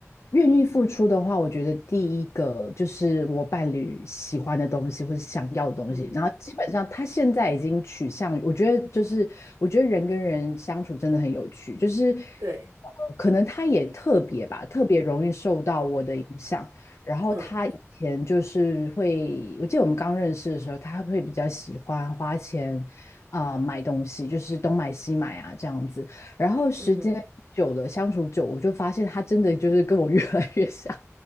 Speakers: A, on the left; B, on the right.
A: 愿意付出的话，我觉得第一个就是我伴侣喜欢的东西或者想要的东西，
B: 嗯哼，
A: 然后基本上他现在已经取向于我觉得就是我觉得人跟人相处真的很有趣，就是呃可能他也特别吧，
B: 对，
A: 特别容易受到我的影响。然后他以前就是会，
B: 嗯
A: 我记得我们刚认识的时候，他会比较喜欢花钱啊、呃买东西，就是东买西买啊这样子。然后时间久了，
B: 嗯哼，
A: 相处久，我就发现他真的就是跟我越来越像，